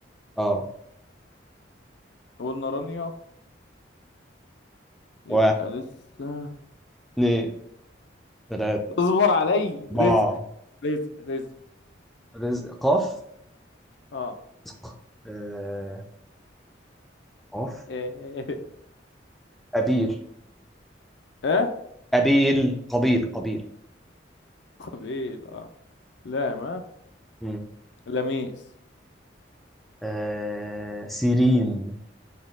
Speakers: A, in the centre; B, on the left.
A: اه
B: قلنا رانيا يبقى
A: واحد
B: لسه
A: اثنين ثلاثة
B: اصبر علي
A: أربعة
B: رزق رزق رزق
A: رزق قاف
B: اه
A: رزق آه قاف
B: اه
A: أبير
B: آه.
A: قبيل قبيل قبيل
B: قبيل اه لا ما
A: مم.
B: لميس
A: آه سيرين